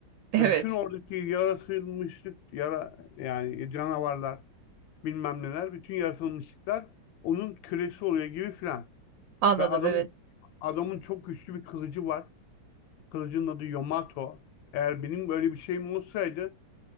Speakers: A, on the right (about 80°); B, on the left (about 80°).
A: <laughs> Evet,
B: Ve bütün oradaki yaratılmışlık, yara, yani canavarlar, bilmem neler, bütün yaratılmışlıklar onun kölesi oluyor gibi filan.
A: anladım
B: Ve adamın
A: evet.
B: adamın çok güçlü bir kılıcı var. Kılıcın adı Yamato. Eğer benim böyle bir şeyim olsaydı